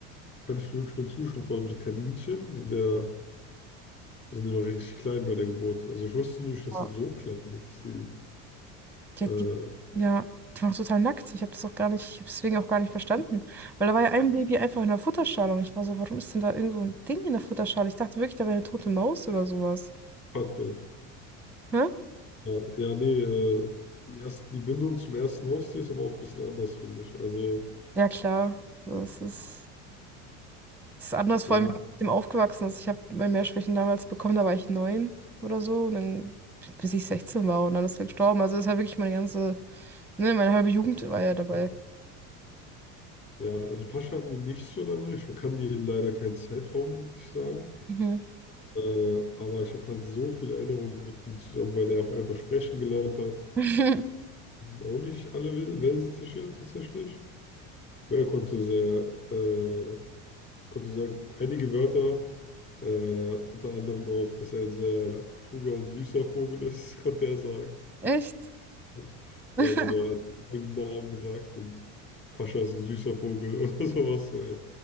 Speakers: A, on the left; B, in the centre.
A: kann ich wirklich nur zustimmen. Vor allem so Kaninchen sind ja, sind ja noch richtig klein bei der Geburt. Also ich wusste nicht, dass
B: Ja.
A: sie so klein sind, dass sie
B: Die,
A: äh,
B: die, Ja, die waren auch total nackt. Ich habe das auch gar nicht, ich habe deswegen auch gar nicht verstanden. Weil da war ja ein Baby einfach in der Futterschale und ich war so, warum ist denn da irgend so ein Ding in der Futterschale? Ich dachte wirklich, da wäre eine tote Maus oder sowas.
A: hatte.
B: Hä?
A: Ja, ja, nee, äh, die erste, die Bindung zum ersten Haustier ist aber auch ein bisschen anders, finde ich. Also,
B: Ja, klar. Das ist. Das ist anders, vor
A: ja,
B: allem, wenn man mit dem aufgewachsen ist. Ich habe mein Mehrschwächen damals bekommen, da war ich neun oder so. Und dann, bis ich 16 war und dann ist er gestorben. Also das ist ja wirklich meine ganze, ne, meine halbe Jugend war ja dabei.
A: ja, ja, also Pascha hatten wir nicht so lange. Ich kann dir leider keinen Zeitraum wirklich sagen.
B: Mhm.
A: Äh, aber ich habe halt so viele Erinnerungen mit ihm zusammen, weil er auch einfach sprechen gelernt hat.
B: <laughs>
A: Auch nicht alle Wel- Wellensittiche tatsächlich. Aber er konnte sehr, äh, konnte sehr einige Wörter, äh, unter anderem auch, dass er ein sehr kluger und süßer Vogel ist, <laughs> konnte er sagen.
B: Echt?
A: Und,
B: <laughs>
A: ja, genau, er hat einen eigenen Namen gesagt und Pascha ist ein süßer Vogel <laughs> oder sowas. So, ja.